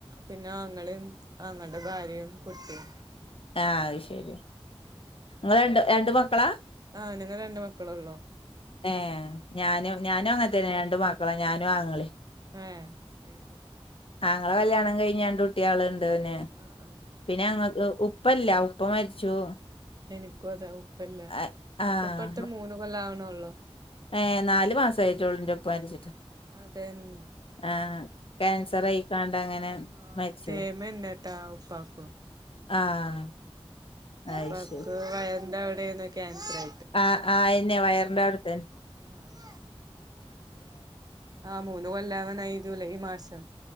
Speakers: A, on the right; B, on the left.
A: പിന്നെ അങ്ങളേം ആങ്ങളന്റെഭാര്യ കുട്ടീം
B: ആഹ് അത് ശരി ഇങ്ങള് രണ്ട് രണ്ട് മക്കളാ
A: ആഹ് ഞങ്ങള് രണ്ട് മക്കളൊള്ളൂ
B: ഏഹ് ഞാനും ഞാനും അങ്ങൻത്തെന്ന രണ്ടു മക്കളാ ഞാനും അങ്ങളീം
A: ഏഹ്
B: ആങ്ങളെ കല്യാണം കഴിഞ്ഞ് അണ്ട് കുട്ടൃളുണ്ട് ഓന്
A: ആഹ് ആഹ്
B: പിന്നെ അങ്ങക്ക് ഉപ്പല്ല ഉപ്പ മരിച്ചു
A: എനിക്കും അതെ ഉപ്പല്ല
B: അ ആഹ്
A: ഉപ്പഴത്തെ മൂന്ന് കൊല്ലം ആക്ണൊള്ളു
B: ഏ നാല് മാസയിറ്റൊള്ളുന്റെപ്പ മരിച്ചിട്ട്
A: അതെന്ന്
B: ആഹ് ക്യാൻസർയിക്കാണ്ട് അങ്ങനെ
A: ആഹ്
B: മരിച്ചു
A: തേമന്നട്ടാ
B: പോയി.
A: ഉപ്പാക്കും
B: ആഹ് അയ്ശരി
A: പ്പാക്ക് വയറിന്റ അവിടെനു ക്യാൻസറേ
B: ആഹ് ആഹ് അയന്നെ വയർന്റെ അവിടുത്തന്നെ
A: ആഹ് ആ മൂന്ന് കൊല്ലവാനായി ജൂലൈ ഈ മാസം